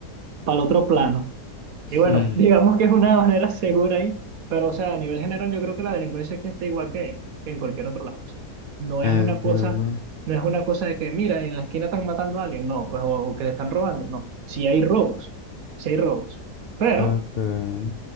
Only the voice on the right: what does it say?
el otro plano. Y bueno,
<laughs> digamos que es una manera segura ahí, pero o sea, a nivel general yo creo que la delincuencia aquí está igual que, que en cualquier otro lado. O sea, no
es una cosa, no es una cosa de que, mira, en la esquina están matando a alguien, no, pues, o, o que le están robando, no. Sí hay robos, sí hay robos, pero